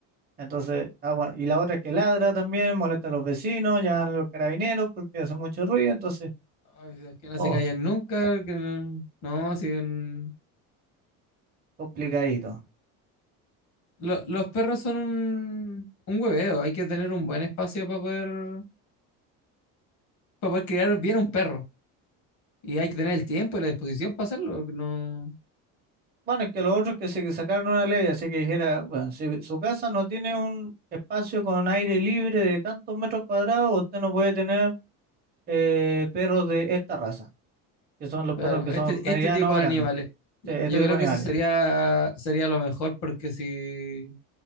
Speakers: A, on the right; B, on the left.
A: Entonces, ah, bueno, y la otra es que ladra también, molesta a los vecinos, llaman a los carabineros porque hace mucho ruido, entonces,
B: Ay, es que no
A: oh,
B: se callan nunca, que no. No, sí, un-
A: complicadito.
B: lo- los perros son un, un hueveo, hay que tener un buen espacio para poder, para poder criar bien un perro. Y hay que tener el tiempo y la disposición para hacerlo. No,
A: Bueno, es que los otros que se sacaron una ley, así que dijera, bueno, si su casa no tiene un espacio con aire libre de tantos metros cuadrados, usted no puede tener eh, perros de esta raza, que son los
B: claro,
A: perros que son
B: este,
A: medianos
B: este tipo
A: o grandes,
B: de animales. Yo
A: este este tipo
B: creo
A: de
B: que
A: animales.
B: eso sería, sería lo mejor porque si